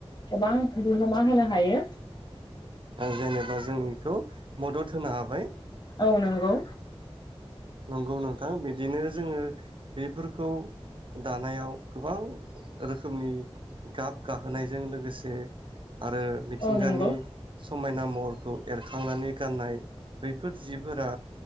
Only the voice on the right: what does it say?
जेनेबा जों बेखौ मदद होनो हाबाय।
नंगौ नोंथां बिदिनो जोङो बेफोरखौ दानायाव गोबां रोखोमनि गाब गाहोनायजों लोगोसे आरो मिथिंगानि
समायना महरखौ एरखांनानै गाननाय बैफोर जिफोरा